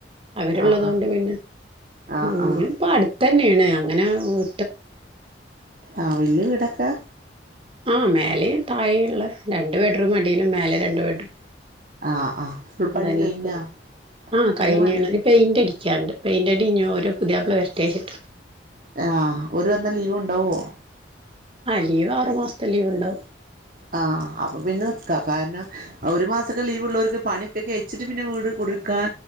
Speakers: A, on the right (about 30°); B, on the right (about 45°).
A: അവരുള്ളത്
B: ആഹ് ആഹ്
A: കൊണ്ട് പിന്നെ
B: ആഹ്
A: ഉം പിന്നെപ്പട്
B: ആഹ്
A: ത്തന്നേണ് അങ്ങനെ വി
B: ആ വല്യ വീടൊക്കെ?
A: ആ മേലെ തായേ ഇള്ളേ രണ്ട് ബെഡ്റൂം അടിയിലും മേലെ രണ്ട് ബെഡ്റൂം.
B: ആഹ് ആഹ് ഫുൾ
A: അതന്നെ
B: പണി കഴിഞ്ഞാ
A: ക്കൊ ആ
B: ഫുള്ള്
A: കഴിഞ്ഞീണ്
B: പണി
A: ഇഞ്ഞ് പെയിൻ്റെടിക്കാണ്ട് പെയിൻ്റെടിഞ്ഞി ഓര പുതിയപ്ല വരട്ടെച്ചിട്ട്.
B: ആ ഓര് വന്നാ ലീവ് ഇണ്ടാവോ?
A: ആ ലീവ് ആറു മാസത്തെ ലീവ് ഇണ്ടാവും.
B: ആ അപ്പ പിന്നെ നിക്കാ കാരണം ഒരു മാസക്കെ ലീവ്ള്ളോർക്ക് പണിക്കെ കെയ് ച്ചിട്ട് പിന്നെ വീട് കുടിരിക്കാൻ